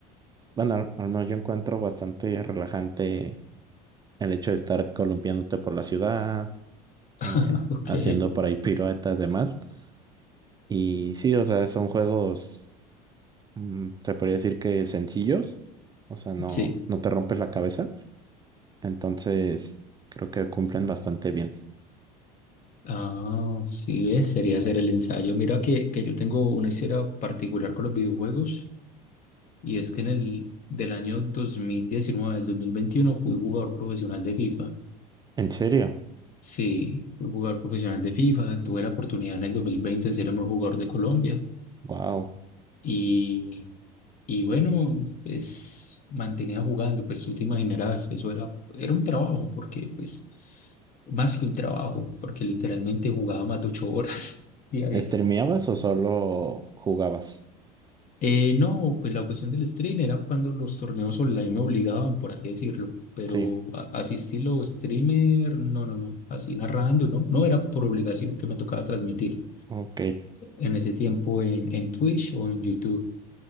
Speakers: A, on the right (about 20°); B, on the left (about 40°).
A: bueno, al, al menos yo encuentro bastante relajante el hecho de estar columpiándote por la ciudad, eh,
B: <laughs> Ok,
A: haciendo por ahí <laughs> piruetas, demás. Y sí, o sea, son juegos, mm, se podría decir que sencillos, o sea, no,
B: sí.
A: no te rompes la cabeza. Entonces, creo que cumplen bastante bien.
B: Ah, sí, ves, sería hacer el ensayo. Mira que, que yo tengo una historia particular con los videojuegos y es que en el del año 2019 al 2021 fui jugador profesional de FIFA.
A: ¿En serio?
B: Sí, fui jugador profesional de FIFA, tuve la oportunidad en el 2020 de ser el mejor jugador de Colombia
A: Wow.
B: y, y bueno, pues mantenía jugando, pues tú te imaginarás, eso era, era un trabajo, porque pues más que un trabajo, porque literalmente jugaba más de ocho horas <laughs> diarias.
A: ¿Streameabas o solo jugabas?
B: Eh, no, pues la cuestión del stream era cuando los torneos online me obligaban, por así decirlo, pero
A: Sí,
B: a- así estilo streamer, no, no, no, así narrando, no, no era por obligación que me tocaba transmitir.
A: ok.
B: en ese tiempo en, en Twitch o en YouTube.